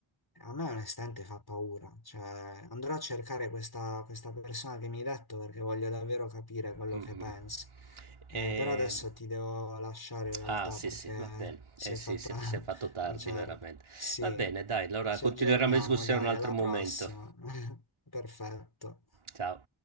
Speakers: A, on the left; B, on the right.
A: A me onestamente fa paura, cioè andrò a cercare questa, questa persona che mi hai detto perché voglio davvero capire quello
B: Mh-mh.
A: che pensa. Eh,
B: Ehm
A: però adesso ti devo lasciare in realtà
B: Ah sì,
A: perché
B: sì, va bene.
A: si
B: Eh sì,
A: è fatta
B: si è f
A: <laughs>
B: si è fatto tardi
A: una certa.
B: veramente.
A: Sì.
B: Va bene dai, allora
A: Ci
B: continueremo
A: aggiorniamo,
B: la discussione
A: dai,
B: un altro
A: alla
B: momento.
A: prossima. <laughs> Perfetto.
B: Ciao.